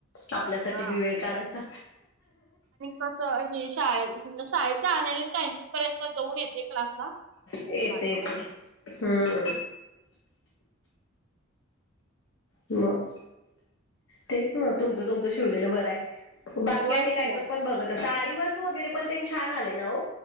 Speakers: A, on the left (about 70°); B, on the right (about 75°).
A: आपल्यासाठी
B: हा
A: बी वेळ काढायचा
B: कस हे शाळे शाळेच्या आल्या टाइम पर्यंत जाऊन येते क्लासला
A: येत
B: वाटतय
A: येत हम्म मग तेच मग तुमचं तुमचं शिवलेलं बरं आहे बाकी
B: होय
A: आणि
B: की
A: काहीत पण बघत अस आरीवर्क वगैरे पण छान आले ना हो